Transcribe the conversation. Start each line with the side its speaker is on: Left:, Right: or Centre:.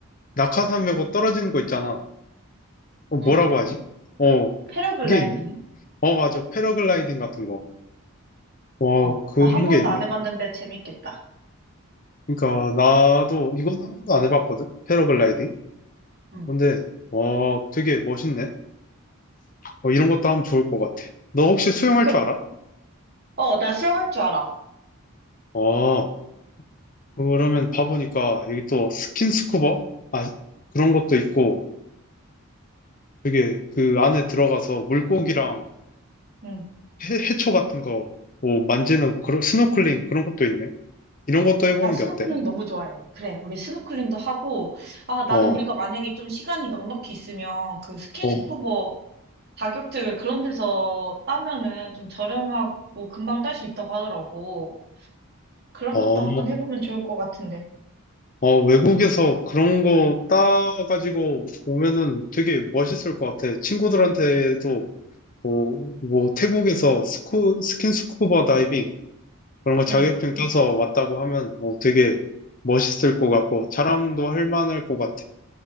Left: 낙하산 메고 떨어지는 거 있잖아. 어, 뭐라고
Right: 응.
Left: 하지? 어,
Right: 패러글라이딩이?
Left: 그게 있네. 어, 맞아. 패러글라이딩 같은 거. 어,
Right: 어,
Left: 그런
Right: 나 한 번도
Left: 게 있네.
Right: 안 해봤는데 재밌겠다.
Left: 그러니까 나도 이건 한 번도 안 해봤거든. 패러글라이딩.
Right: 응.
Left: 근데 어, 되게 멋있네. 어, 이런 것도 하면 좋을 것 같아. 너 혹시 수영할
Right: 그,
Left: 줄 알아?
Right: 어, 나 수영할 줄 알아.
Left: 어, 그러면 봐보니까 여기 또 스킨스쿠버? 아, 그런 것도 있고 되게 그 안에 들어가서 물고기랑
Right: 응.
Left: 해, 해초 같은 거, 뭐 만지는 그런 스노클링 그런 것도 있네. 이런 것도 해보는
Right: 나 스노클링
Left: 게 어때?
Right: 너무 좋아해. 그래, 우리 스노클링도 하고, 아, 나는
Left: 어,
Right: 우리가 만약에 좀 시간이 넉넉히 있으면 그 스킨스쿠버
Left: 어,
Right: 자격증을 그런 데서 따면은 좀 저렴하고 금방 딸 수 있다고 하더라고. 그런
Left: 어,
Right: 것도 한번 해보면 좋을 것 같은데.
Left: 어, 외국에서 그런 거 따가지고 오면은 되게 멋있을 것 같아. 친구들한테도 뭐, 뭐 태국에서 스쿠, 스킨스쿠버 다이빙 그런 거 자격증
Right: 응.
Left: 따서 왔다고 하면 어, 되게 멋있을 것 같고 자랑도 할 만할 것 같아.